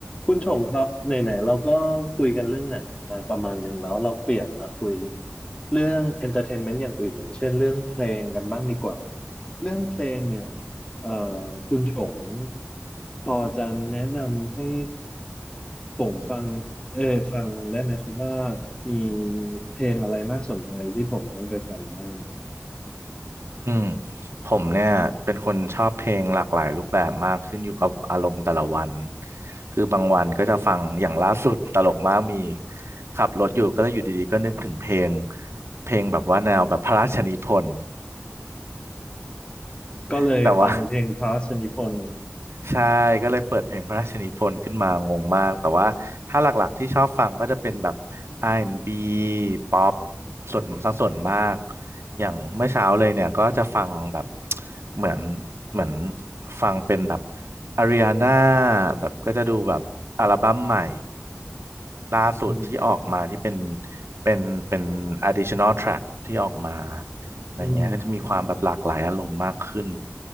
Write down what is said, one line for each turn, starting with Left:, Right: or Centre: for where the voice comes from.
Left: คุณชงครับไหนๆเราก็คุยกันเรื่องหนังมาประมาณหนึ่งแล้วเราเปลี่ยนมาคุยเรื่อง entertainment อย่างอื่นอย่างเช่นเรื่องเพลงกันบ้างดีกว่าเรื่องเพลงเนี่ยเอ่อคุณชงพอจะแนะนำให้ผมฟังเออฟังได้ไหมครับว่ามีเพลงอะไรน่าสนใจที่ผมต้องไปฟังบ้าง
Right: อืมผมเนี่ยเป็นคนชอบเพลงหลากหลายรูปแบบมากขึ้นอยู่กับอารมณ์แต่ละวันคือบางวันก็จะฟังอย่างล่าสุดตลกมากมีขับรถอยู่ก็เลยอยู่ดีๆก็นึกถึงเพลงเพลงแบบว่าแนวแบบพระราชนิพนธ์
Left: ก็เลยฟังเพลงพระราชนิพนธ์
Right: <laughs> แต่ว่า ใช่ก็เลยเปิดเพลงพระราชนิพนธ์ขึ้นมางงมากแต่ว่าถ้าหลักๆที่ชอบฟังก็จะเป็นแบบ R&B ป๊อปส่วนสักส่วนมากอย่างเมื่อเช้าเลยเนี่ยก็จะฟังแบบเหมือนเหมือนฟังเป็นแบบอาริอาน่าแบบก็จะดูแบบอัลบั้มใหม่ ล่าสุดที่ออกมาที่เป็น
Left: อืม
Right: เป็นเป็น additional track ที่ออกมาอะไรเงี้ยก็จะมีความแบบหลากหลายอารมณ์มากขึ้น
Left: อืม